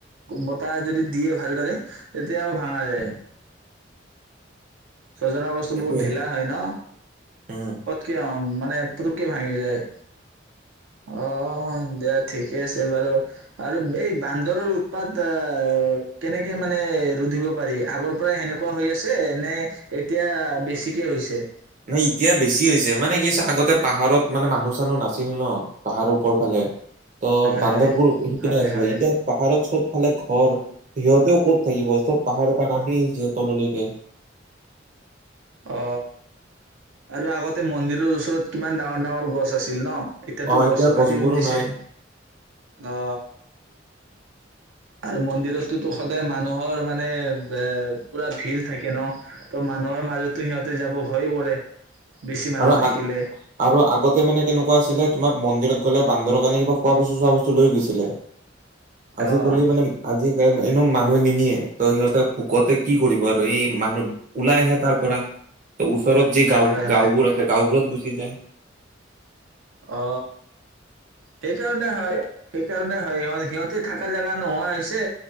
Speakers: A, on the right (about 80°); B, on the right (about 45°).
A: বতাহ যদি দিয়ে ভালদৰে তেতিয়াও ভাঙা যায়
B: উম
A: সজনা বস্তু
B: সেইটোয়ে
A: বহুত ঢিলা হয় ন
B: উম
A: পত কি অ মান মানে পৰুকে ভাঙি যায় অ দিয়া ঠিকে আছে বাৰু আৰু এই বান্দৰৰ উৎপাত আহ কেনেকে মানে ৰুধিব পাৰি আগৰ পৰাই সেনেকুৱা হৈ আছে নে এতিয়া বেছিকে হৈছে
B: নাই এতিয়া বেছি হৈছে মানে কি আগতে পাহাৰত মানে মানুহ চানুহ নাছিল ন পাহাৰৰ ওপৰ ফালে ত
A: হয়,
B: বান্দৰবোৰ
A: হয়,
B: সেইপনেি
A: হয়,
B: আছিলে
A: হয়
B: এতিয়া পাহাৰত চব ফালে ঘৰ সিহঁতেও ক'ত থাকিব চব পাহাৰৰ পৰা নামি আহিছে তললৈকে
A: অ আৰু আগতে মন্দিৰৰ ওচৰত কিমান ডাঙৰ ডাঙৰ গছ আছিল ন এতিয়াতো
B: অ
A: গছো
B: এতিয়া
A: কাটি
B: গছবোৰো
A: দিছে
B: নাই
A: অ আৰু মন্দিৰতোতো সদায় মানুহৰ মানে এ পুৰা ভিৰ থাকে ন ত মানুহৰ মাজতো সিহঁতে যাব ভয়ে কৰে বেছি মানুহ
B: আৰু
A: দেখিলে
B: আ আৰু আগতে মানে কেনেকুৱা আছিলে তোমাক মন্দিৰত গলে বান্দৰ কাৰণে কিবা খোৱা বস্তু চোৱা বস্তু লৈ গৈছিলে আজি
A: অ',
B: কলে মানে আজি ক এনেো মানুহে নিনিয়ে ত সিহঁতে ভোকতে কি কৰিব আৰু এই মানুহ ওলাই আহে তাৰ পৰা ওচ সৰতজী
A: হয়,
B: গাঁও
A: হয়।
B: গাঁওবোৰ আছোঁওবোৰত গুচি যায়
A: অ সেইকাৰণে হয় সেইকাৰণে হয় সিহত সিহঁতে থকা জেগা নোহোৱা হৈছে